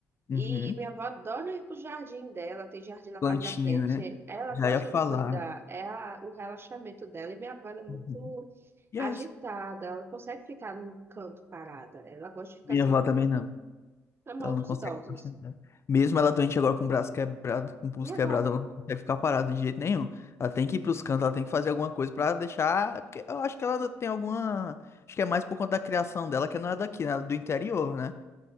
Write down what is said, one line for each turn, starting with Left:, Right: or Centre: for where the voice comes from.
Left: Uhum.
Right: E minha avó adora ir pro jardim dela, tem jardim na
Left: Plantinha,
Right: parte da frente.
Left: né?
Right: Ela
Left: Já
Right: gosta
Left: ia falar.
Right: de cuidar, é a- o relaxamento dela. E minha avó ela é muito
Left: Uhum. Yes.
Right: agitada, ela não consegue ficar num canto parada. Ela gosta de ficar
Left: Minha
Right: se
Left: avó
Right: movimentando,
Left: também não.
Right: é mal
Left: Ela
Right: dos
Left: não consegue
Right: idosos.
Left: ficar sentada. Mesmo ela doente agora com o braço quebrado, com o pulso
Right: Minha
Left: quebrado,
Right: avó
Left: ela não consegue ficar parada de jeito nenhum. Ela tem que ir pros cantos, ela tem que fazer alguma coisa pra deixar. Porque eu acho que ela tem alguma. Acho que é mais por conta da criação dela, que não é daqui, né? Ela é Do interior, né?